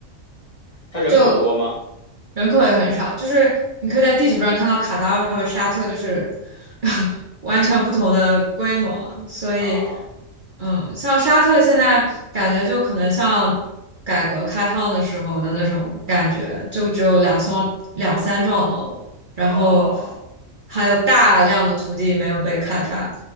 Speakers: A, on the left (about 30°); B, on the right (about 45°).
A: 它人口多吗？
B: 就人口也很少，就是你可以在地图上看到卡塔尔和沙特就是 <laughs> 完全不同的规模，所以
A: 啊，
B: 嗯，像沙特现在感觉就可能像改革开放的时候的那种感觉，就只有两栋两三幢楼，然后
A: 哦，
B: 还有大量的土地没有被开发，